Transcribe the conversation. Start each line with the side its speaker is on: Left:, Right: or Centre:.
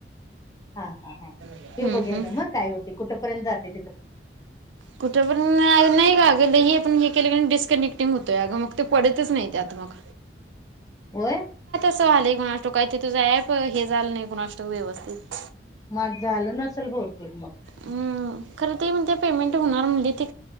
Left: हा हा हा
Right: हम्म,
Left: हे बघूयाता
Right: हम्म.
Left: मग काय होते कुठपर्यंत जातय.
Right: कुठं पण नाही <unintelligible> का ग लही आपण हे केलं. डिस्कनेक्टिंग होतोय. आग मग ते पडतच नाही त्यात मग
Left: होय.
Right: काय झाले कुणास ठाऊक काय तिथे जाय हे कुणास ठाऊक व्यवस्थित.
Left: मग झालं नसेल बहुतेक मग
Right: हम्म खरं ते म्हण पेमेंट होणार म्हणली ते